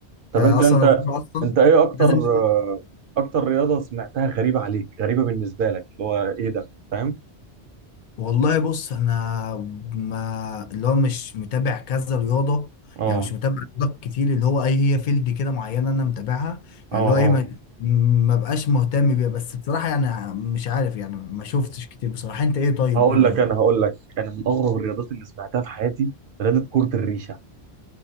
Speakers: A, on the right; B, on the left.
A: طب
B: ده
A: انت
B: اصلا
A: انت
B: الكورة اصلا
A: انت ايه اكتر
B: لازم
A: آه، اكتر رياضة سمعتها غريبة عليك غريبة بالنسبة لك اللي هو ايه ده فاهم
B: والله بص انا ما اللي هو مش متابع كذا رياضه
A: اه
B: يعني مش متابع رياضات كتير اللي هو اي هي فيلد كده معينه انا متابعها
A: اه
B: يعني اللي هو ايه
A: اه
B: ما ما بقاش مهتم بيها بس بصراحه يعني مش عارف يعني ما شفتش كتير بصراحه انت ايه طيب
A: هقول
B: قول
A: لك
B: لي لا
A: انا هقول لك انا من اغرب الرياضات اللي سمعتها في حياتي رياضة كرة الريشة